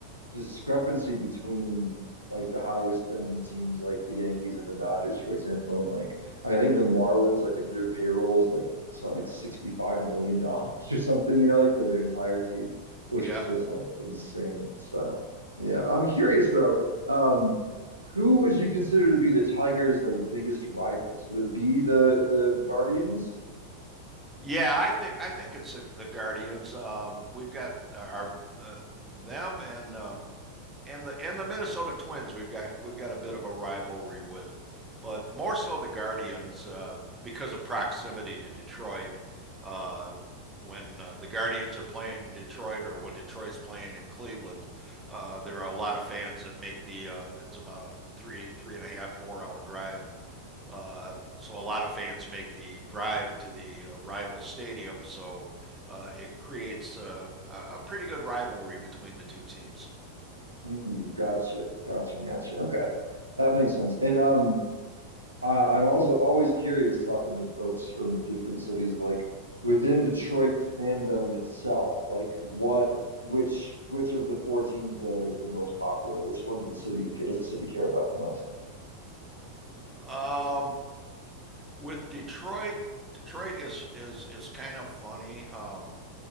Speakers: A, on the right; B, on the right.
A: discrepancy between like the highest spending teams like the Yankees and the Dodgers, for example. And like I think the Marlins, I think their payroll is like so like $65 million dollars or something, you know, like for their entire team, which
B: Yeah,
A: is just like insane. So yeah. I'm curious though, um, who would you consider to be the Tigers' like biggest rivals? Would it be the the Guardians?
B: yeah. I think I think it's the, the Guardians. Um, we've got our, our uh, them and um, and the and the Minnesota Twins we've got we've got a bit of a rivalry with, but more so the Guardians uh, because of proximity to Detroit. Uh, when uh, the Guardians are playing in Detroit or when Detroit's playing in Cleveland, uh, there are a lot of fans that make the. Uh, it's about a three three and a half four hour drive. Uh, so a lot of fans make the drive to the uh, rival stadium. So uh, it creates uh, a pretty good rivalry between the two teams.
A: Mm, gotcha, gotcha, gotcha. Okay. That makes sense. And um Uh, I'm also always curious talking to folks from different cities, like within Detroit fandom itself, like what, which, which of the four teams there is the most popular? Which one did the city, does the city care about the most?
B: Um, with Detroit, Detroit is is is kind of funny. Um,